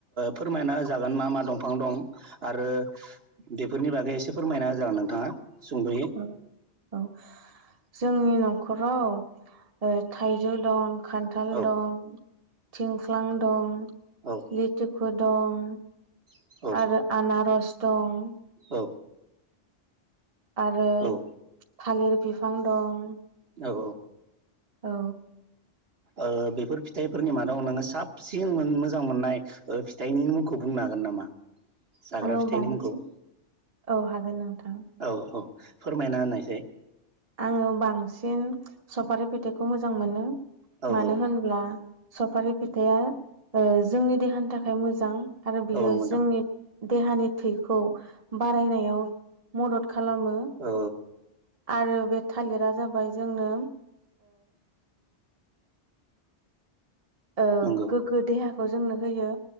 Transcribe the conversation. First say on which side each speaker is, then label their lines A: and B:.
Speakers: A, on the right; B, on the right.
A: फोरमायना जागोन मा मा दंफां दं आरो बेफोरनि बागै एसे फोरमायना नाय जागोन नोंथाङा सुंद'यै
B: औ औ जोंनि न'खराव थाइजौ दं खान्थाल
A: औ
B: दं। थिंख्लां दं
A: औ औ
B: लिथिखु दं।
A: औ
B: आरो आनारस दं
A: औ।
B: आरो
A: औ
B: थालिर बिफां दं
A: औ
B: औ।
A: ओ बेफोर फिथाइफोरनि मादाव नोङो साबसिन मोजां मोननाय फिथाइनि मुंखौ बुंनानै हागोन नामा जाग्रा
B: आङो
A: फिथाइनि
B: बांसिन
A: मुंखौ
B: औ हागोन नोंथां
A: औ औ फोरमायना होननायसाय।
B: आङो बांसिन सफारि फेथाइखौ मोजां मोनो
A: औ
B: मानो
A: औ
B: होनब्ला। सफारि फिथाइा जोंनि देहानि थाखाय मोजां आरो बियो
A: औ नंगौ नोंथां
B: जोंनि। देहानि थैखौ बारायनायाव मदद खालामो।
A: औ
B: आरो बे थालिरा जाबाय जोंनो। ओ
A: नंगौ
B: गोग्गो देहाखौ जोंनो होयो।